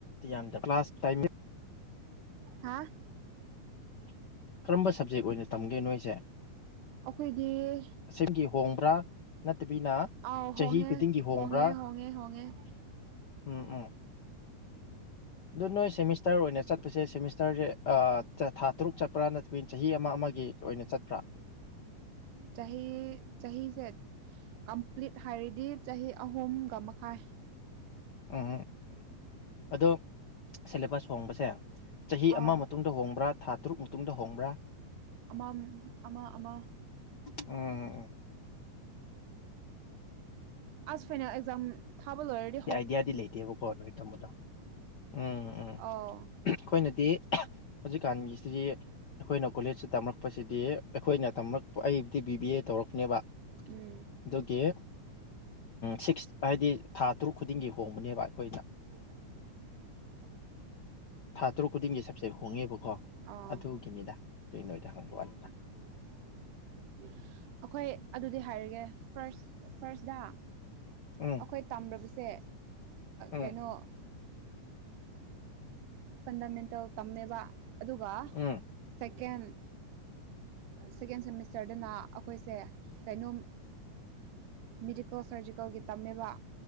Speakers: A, on the left; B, on the right.
A: ꯌꯥꯝꯗ ꯀ꯭ꯂꯥꯁ ꯇꯥꯏꯃꯤꯡ
B: ꯍꯥꯥ
A: ꯀꯔꯝꯕ ꯁꯕꯖꯦꯛ ꯑꯣꯏꯅ ꯇꯝꯒꯦ ꯅꯣꯏꯁꯦ
B: ꯑꯩꯈꯣꯏꯗꯤ
A: ꯁꯤꯝꯒꯤ ꯍꯣꯡꯕ꯭ꯔꯥ ꯅꯠꯇꯕꯤꯅ
B: ꯑꯥꯎ
A: ꯆꯍꯤ
B: ꯍꯣꯡꯉꯦ
A: ꯈꯨꯗꯤꯡꯒꯤ ꯍꯣꯡꯕ꯭ꯔꯥ
B: ꯍꯣꯡꯉꯦ ꯍꯣꯡꯉꯦ ꯍꯣꯡꯉꯦ
A: ꯎꯝ ꯎꯝ ꯑꯗꯨ ꯅꯣꯏ ꯁꯦꯃꯤꯁꯇꯔ ꯑꯣꯏꯅ ꯆꯠꯄꯁꯤ ꯁꯦ ꯁꯦꯃꯤꯁꯇꯔꯁꯦ ꯊꯥ ꯇꯔꯨꯛ ꯆꯠꯄ꯭ꯔꯥ ꯅꯠꯇ꯭ꯔꯕꯤ ꯆꯍꯤ ꯑꯃ ꯑꯃꯒꯤ ꯑꯣꯏꯅ ꯆꯠꯄ꯭ꯔꯥ
B: ꯆꯍꯤ ꯆꯍꯤꯁꯦ ꯀꯝꯄ꯭ꯂꯤꯠ ꯍꯥꯏꯔꯗꯤ ꯆꯍꯤ ꯑꯍꯨꯝꯒ ꯃꯈꯥꯏ
A: ꯎꯝ ꯑꯣ ꯁꯦꯂꯦꯕꯁ ꯍꯣꯡꯕꯁꯦ ꯆꯍꯤ
B: ꯑꯥꯎ
A: ꯑꯃ ꯃꯇꯨꯡꯗ ꯍꯣꯡꯕ꯭ꯔꯥ ꯊꯥ ꯇꯔꯨꯛ ꯃꯇꯨꯡꯗ ꯍꯣꯡꯕ꯭ꯔꯥ
B: ꯑꯃꯝ ꯑꯃ ꯑꯃ
A: ꯎꯝ ꯎꯝ ꯑꯣꯝ
B: ꯑꯁ ꯐꯥꯏꯅꯜ ꯑꯦꯛꯖꯥ ꯊꯥ ꯂ ꯑꯣꯏꯔꯦꯗꯤ
A: ꯑꯥꯏꯗꯤꯌꯥꯗꯤ ꯂꯩꯇꯦꯕꯀꯣ ꯅꯣꯏ ꯇꯝꯕꯗꯣ ꯎꯝ ꯎꯝ ꯎꯝ
B: ꯑꯧ
A: ꯑꯩꯈꯣꯏꯅꯗꯤ ꯍꯧꯖꯤꯛꯀꯥꯟꯒꯤꯁꯤꯗꯤ ꯑꯩꯈꯣꯏꯅ ꯀꯣꯂꯦꯖꯁꯤ ꯇꯝꯔꯛꯄꯁꯤꯗꯤ ꯑꯩꯈꯣꯏꯅ ꯇꯝꯔꯛꯄ ꯑꯩꯕꯨꯗꯤ ꯕꯤ ꯕꯤ ꯑꯦ ꯇꯧꯔꯛꯅꯦꯕ
B: ꯎꯝ
A: ꯑꯗꯨꯒꯤ ꯁꯤꯛꯁ ꯍꯥꯏꯗꯤ ꯊꯥ ꯇꯔꯨꯛ ꯈꯨꯗꯤꯡꯒꯤ ꯍꯣꯡꯕꯅꯦꯕ ꯑꯩꯈꯣꯏꯅ
B: <inaudible>
A: ꯊꯥ ꯇꯔꯨꯛ ꯈꯨꯗꯤꯡꯒꯤ ꯁꯕꯖꯦꯛ ꯍꯣꯡꯉꯦꯕꯀꯣ
B: ꯑꯥ
A: ꯑꯗꯨꯒꯤꯅꯤꯗ ꯇ ꯅꯣꯏꯗ ꯍꯪꯕꯑꯅꯤꯗ
B: <inaudible> ꯑꯩꯈꯣꯏ ꯑꯗꯨꯗꯤ ꯍꯥꯏꯔꯒꯦ ꯐꯥꯔꯁ ꯐꯥꯔꯁꯇ
A: ꯎꯝ
B: ꯑꯩꯈꯣꯏ ꯇꯝꯕꯁꯦ
A: ꯎꯝ
B: ꯀꯩꯅꯣ ꯐꯟꯗꯥꯃꯦꯟꯇꯦꯜ ꯇꯝꯃꯦꯕ ꯑꯗꯨꯒ
A: ꯎꯝ
B: ꯁꯦꯀꯦꯟ ꯁꯦꯀꯦꯟ ꯁꯦꯃꯤꯁꯇꯔꯗꯅ ꯑꯩꯈꯣꯏꯁꯦ ꯀꯩꯅꯣꯝ ꯃꯦꯗꯤꯀꯦꯜ ꯁꯔꯖꯤꯀꯦꯜꯒꯤ ꯇꯝꯃꯦꯕ